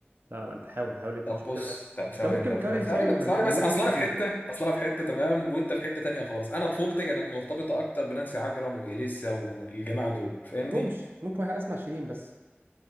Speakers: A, on the right; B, on the left.
A: لا لا أنت حاول حاول أنت
B: طب
A: تشوف
B: بص
A: كده
B: طب ثواني
A: أنت ممكن
B: طب
A: كاره
B: ثواني ثواني
A: بسبب الم-
B: بس
A: الميوزك
B: ثواني بس اصل
A: الكتير
B: انا في حته
A: ما
B: اصل انا في حته تمام وانت في حته تانية خالص انا طفولتي كانت مرتبطه اكتر بنانسي عجرم واليسا والجماعه دول فاهمني
A: بحبهمش ممكن أسمع شيرين بس